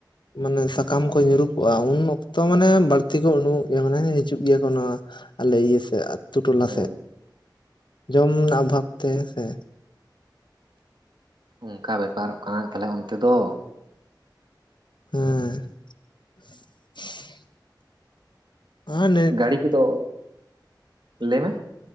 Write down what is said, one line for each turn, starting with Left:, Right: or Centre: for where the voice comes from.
Left: ᱢᱟᱱᱮ <unintelligible> ᱥᱟᱠᱟᱢ ᱠᱚ ᱧᱩᱨᱩᱜᱚᱜᱼᱟ ᱩᱱ ᱚᱠᱛᱚ ᱢᱟᱱᱮ ᱵᱟᱹᱲᱛᱤ ᱠᱚ ᱩᱰᱩᱠ ᱜᱮᱭᱟ ᱢᱟᱱᱮ ᱦᱤᱡᱩᱜ ᱜᱮᱭᱟ ᱠᱚ ᱱᱚᱣᱟ᱾ ᱟᱞᱮ ᱤᱭᱟᱹ ᱥᱮᱮ ᱟᱛᱩ ᱴᱚᱞᱟ
Right: ᱚ
Left: ᱥᱮᱫ ᱡᱚᱢ ᱨᱮᱱᱟᱜ ᱚᱵᱷᱟᱵ ᱛᱮ ᱥᱮᱼᱼ
Right: ᱚᱱᱠᱟ ᱵᱮᱯᱟᱨᱚᱜ ᱠᱟᱱᱟ ᱛᱟᱦᱚᱞᱮ ᱚᱱᱛᱮ ᱫᱚ
Left: ᱦᱮᱸ <unintelligible> ᱟᱨ
Right: ᱜᱟᱹᱲᱤ ᱠᱚᱫᱚ ᱞᱟᱹᱭᱢᱮᱼᱼ